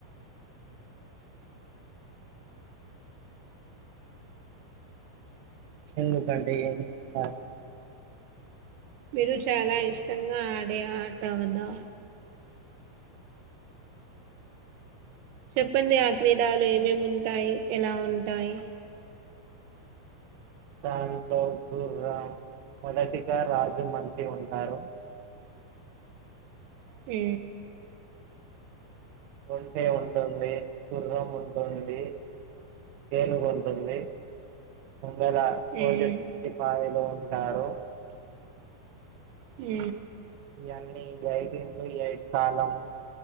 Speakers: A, on the right; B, on the right.
A: ఎందుకంటే ఏం చెప్తరు
B: మీరు చాలా ఇష్టంగా ఆడే ఆట కదా చెప్పండి ఆ క్రీడాలు ఏమేమి ఉంటాయి ఎలా ఉంటాయి
A: దాంట్లో గుర్రం మొదటిగా రాజు మంత్రి ఉంటారు
B: ఉ
A: ఒంటే ఉంటుంది కుర్రం ఉంటుంది ఏనుగు ఉంటుంది వాళ్ళ సోల్జర్స్
B: మ్మ్
A: సిపాయిలు ఉంటారు
B: ఊ
A: ఇవన్నీ eight in two eight column